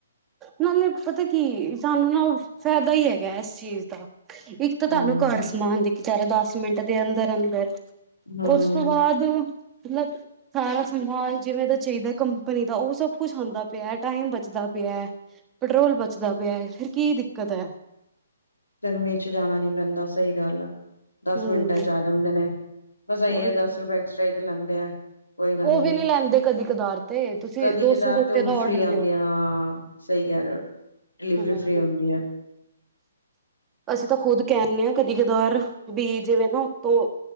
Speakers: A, on the right; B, on the left.
A: ਨਾਲੇ ਪਤਾ ਕੀ ਏ ਸਾਨੂੰ ਨਾ ਫਾਇਦਾ ਈ ਐਗਾ ਏਸ ਚੀਜ਼ ਦਾ। ਇੱਕ ਤਾਂ ਤੁਆਨੂੰ
B: ਹਮ
A: ਘਰ ਸਮਾਨ ਦੇ ਕੇ ਜਾਂਦਾ ਦਸ ਮਿੰਟ ਦੇ ਅੰਦਰ -ਅੰਦਰ।
B: ਹਮ
A: ਓਸ ਤੋਂ ਬਾਅਦ- ਮਲਬ ਸਾਰਾ ਸਮਾਨ ਜਿਵੇਂ ਦਾ ਚਾਈਦਾ ਕੰਪਨੀ ਦਾ, ਓ ਸਭ ਕੁੱਛ ਆਉਂਦਾ ਪਿਆ ।ਟਾਈਮ ਬਚਦਾ ਪਿਆ । ਪਿਆ। ਪੈਟਰੋਲ ਬਚਦਾ ਪਿਆ ਐ। ਫਿਰ ਕੀ ਦਿੱਕਤ ਐ।
B: ਗਰਮੀ ਚ ਜਾਣਾ ਨੀ ਪੈਂਦਾ। ਸਈ ਗੱਲ ਆ। ਦਸ
A: ਹਮ
B: ਮਿੰਟਾਂ' ਚ ਆ ਜਾਂਦੇ ਨੇ। ਬਸ ਏਈ
A: ਉਹੀ
B: ਐ ਦਸ
A: ਤੇ
B: ਰੁਪਏ ਐਕਸਟਰਾ ਈ ਤੇ ਲੈਂਦੇ ਆ। ਕੋਈ ਗੱਲ
A: ਉਹ ਵੀ
B: ਨੀ ।ਕਦੀ-
A: ਲੈਂਦੇ ਕਦਾਰ ਤੇ ਤੁਸੀਂ ਦੋ
B: ਕਦਾਰ
A: ਸੌ ਦੇ ਉੱਤੇ
B: ਤੇ ਓ ਵੀ
A: ਦਾ ਔਡਰ
B: ਫ੍ਰੀ
A: ਦਿਓ।
B: ਆਂਦੀਆ। ਆ-ਸਈ- ਯਾਰ, ਡਿਲੀਵਰੀ
A: ਹੂੰ
B: ਫ੍ਰੀ ਹੁੰਦੀ ਐ।
A: ਅਸੀਂ ਤਾਂ ਖੁਦ ਕੈਨੇ ਆਂ, ਕਦੀ- ਕਦਾਰ, ਵੀ ਜਿਵੇਂ ਨਾ ਉੱਤੋਂ-